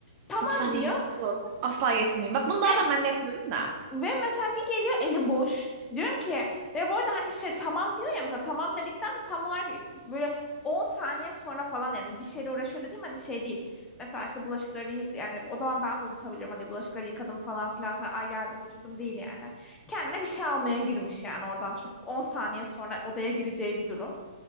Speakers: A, on the left; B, on the right.
A: Tamam
B: üç saniye.
A: diyor.
B: bitiyor. Asla getirmeyeyim. Bak bunu bazen
A: ve
B: ben de yapıyorum da.
A: Ve mesela bir geliyor eli boş. Diyorum ki ve bu arada hani şey tamam diyor ya mesela tamam dedikten tam olarak böyle 10 saniye sonra falan yani bir şeyle uğraşıyor dediğim hani şey değil. Mesela işte bulaşıkları yık yani o zaman ben de unutabilirim hani bulaşıkları yıkadım falan filan sonra ay geldim oturdum değil yani. Kendine bir şey almaya girmiş yani oradan çok 10 saniye sonra odaya gireceği bir durum.